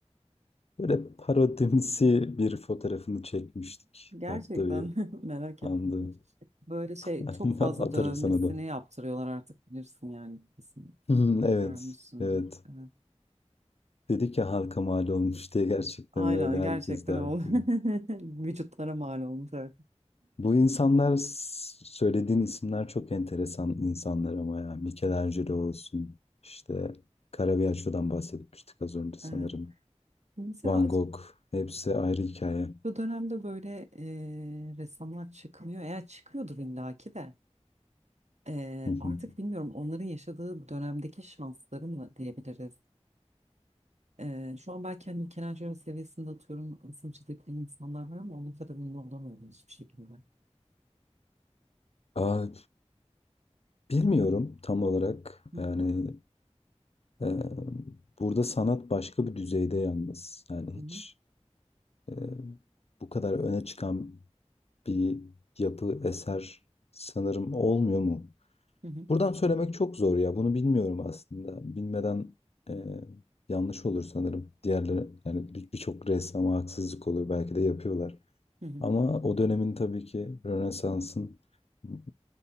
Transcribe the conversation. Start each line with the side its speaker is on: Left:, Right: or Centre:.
Left: böyle parodimsi bir fotoğrafını çekmiştik.
Right: gerçekten
Left: Tatlı bir
Right: <laughs> merak
Left: Anladım.
Right: ettim. Böyle şey
Left: <laughs>
Right: çok fazla
Left: Atarım
Right: dövmesini
Left: sana da.
Right: yaptırıyorlar artık bilirsin yani kesin
Left: Hmm, Evet.
Right: görmüşsündür.
Left: Evet.
Right: Evet.
Left: Dedik ya halka mal olmuş diye gerçekten
Right: Aynen
Left: öyle herkes
Right: gerçekten
Left: derdi.
Right: oldu. <laughs> Vücutlara mal olmuş artık.
Left: Bu insanlar s- söylediğin isimler çok enteresan insanlar ama ya. Michelangelo olsun. işte Caravaggio'dan bahsetmiştik az önce sanırım.
Right: Evet. Mesela
Left: Van
Right: ac-
Left: Gogh. Hepsi ayrı hikaye.
Right: bu dönemde böyle e, ressamlar çıkmıyor. Eğer çıkıyordur illaki de e,
Left: Hı hı.
Right: artık bilmiyorum onların yaşadığı dönemdeki şansları mı diyebiliriz. E, şu an belki hani Michelangelo seviyesinde atıyorum resim çizebilen insanlar var ama onun kadar ünlü olamıyorlar hiçbir şekilde.
Left: Aa, bilmiyorum tam olarak.
Right: Hı hı.
Left: Yani e, burada sanat başka bir düzeyde yalnız. Yani
Right: Hı hı.
Left: hiç e, bu kadar öne çıkan bir yapı, eser sanırım olmuyor mu?
Right: Hı hı.
Left: Buradan söylemek çok zor ya. Bunu bilmiyorum aslında. Bilmeden e, yanlış olur sanırım. Diğerleri yani bir- birçok ressama haksızlık olur. Belki de yapıyorlar.
Right: Hı hı.
Left: Ama o dönemin tabii ki Rönesans'ın m,